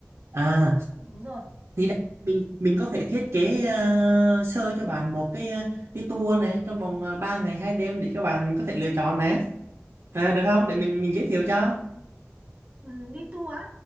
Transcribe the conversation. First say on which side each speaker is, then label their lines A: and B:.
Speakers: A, on the right (about 80°); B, on the right (about 30°).
A: À,
B: Đúng rồi.
A: thì đây, mình mình có thể thiết kế à, sơ cho bạn một cái à, cái tour này trong vòng à, ba ngày hai đêm để cho bạn có thể lựa chọn này. À, được không? Để mình mình giới thiệu cho.
B: Ừ, đi tour á.